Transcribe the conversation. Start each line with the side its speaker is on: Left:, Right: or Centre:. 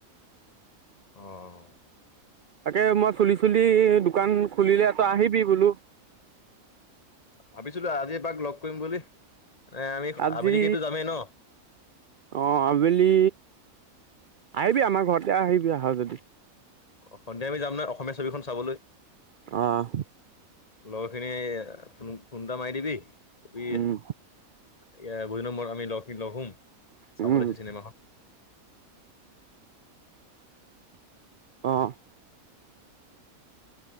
Left: অঁ।
Right: তাকে মই চুলি-চুলি দোকান খুলিলে তই আহিবি বোলো।
Left: ভাবিছো দে আজি এবাক লগ কৰিম বুলি। এ আমি
Right: আজি
Left: আবেলিকেতো যামেই ন
Right: অঁ আবেলি। আহিবি আমাৰ ঘৰতে আহিবি আহ যদি।
Left: অ, সন্ধিয়া আমি যাম না অসমীয়া ছবিখন চাবলৈ।
Right: অ',
Left: লগৰ খিনি ফোন ফোনটা মাৰি দিবি। এ বহুত
Right: উম,
Left: দিনৰ মূৰত আমি ল লগ হোম
Right: উম,
Left: চাবলৈচো চিনেমা খন।
Right: অহ,